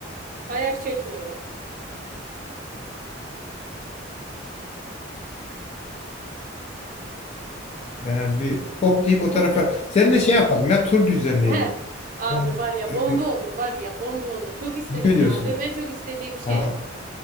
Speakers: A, on the right; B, on the left.
A: Ayak çekmiyor.
B: yani bir hop deyip o tarafa
A: Hı.
B: seninle şey yapalım ya tur düzenleyelim.
A: He. Abi
B: Yani,
A: var ya
B: e,
A: bomba olur var ya bomba olur. Çok isterim
B: ne diyorsun?
A: ya. Benim en çok istediğim şey.
B: Ha,